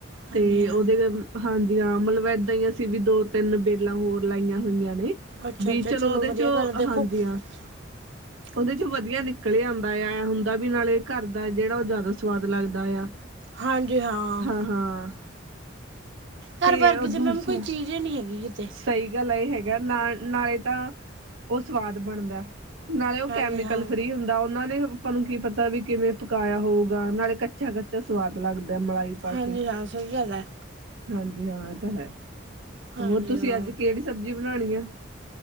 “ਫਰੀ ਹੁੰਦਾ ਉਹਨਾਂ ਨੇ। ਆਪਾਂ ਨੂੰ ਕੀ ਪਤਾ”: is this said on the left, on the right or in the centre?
Right